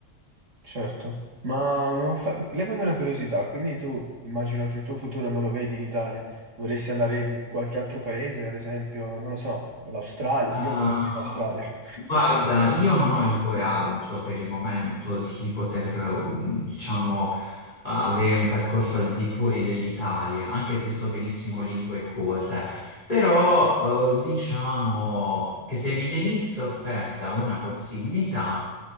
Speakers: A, on the right; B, on the left.
A: certo. Ma, ma fa- levami una curiosità, quindi tu immagino che il tuo futuro non lo vedi in Italia, vorresti andare in qualche altro paese, ad esempio, non lo so, l'Australia,
B: Ah,
A: io vorrei andare in Australia.
B: guarda, io non ho il coraggio per il momento di poter, um, diciamo, avere un percorso al di fuori dell'Italia, anche se so benissimo lingue e cose. Però, eh, diciamo che se mi venisse offerta una possibilità,